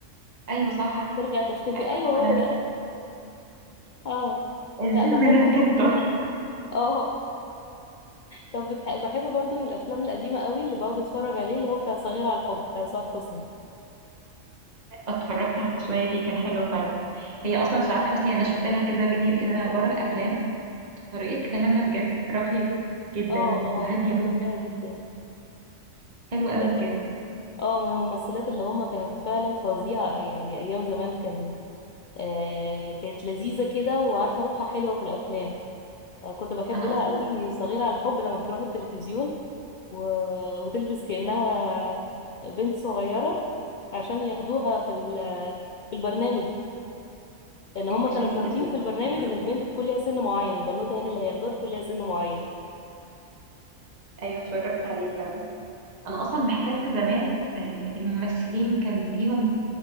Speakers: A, on the right; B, on the left.
A: أيوه صح
B: ترجع تختفي
A: أيوه
B: ايوه
A: هو
B: هو
A: ده
B: ده اه
A: الفيلم
B: لا بحبه
A: ده
B: برضه
A: كان تحفة
B: اه طب بتح... بحبه برضه من الافلام القديمه قوي اللي بقعد اتفرج عليه اللي هو بتاع صغير على الحب بتاع سعاد حسني
A: اتفرجت على شوية فيه كان حلو فعلا هي أصلا سعاد حسني أنا شفت لها كذا فيديو كده بره الأفلام طريقة كلامها بجد راقية جدا
B: اه اه
A: وهادية
B: بحبها
A: موت
B: جدا
A: حلوة أوي
B: يعني
A: بجد
B: اه من الممثلات اللي هم كانت فعلا فظيعه يعني ايام زمان كان آه، كانت لذيذة كده وعارفة روحها حلوة في الأفلام آه، كنت بحب
A: أنا
B: لها
A: أصلا
B: قوي صغيرة على الحب لما بتروح التلفزيون و... وتلبس كأنها بنت صغيرة عشان ياخدوها في ال... في البرنامج لأن هما
A: المشاهد
B: كانوا شرطين
A: دي كانت بتضحكني
B: في البرنامج إن البنت تكون ليها سن معين البنوتة يعني اللي هياخدوها تكون ليها سن معين
A: ايوه اتفرجت عليه فعلا انا اصلا بحس ان زمان آه، الممثلين كان ليهم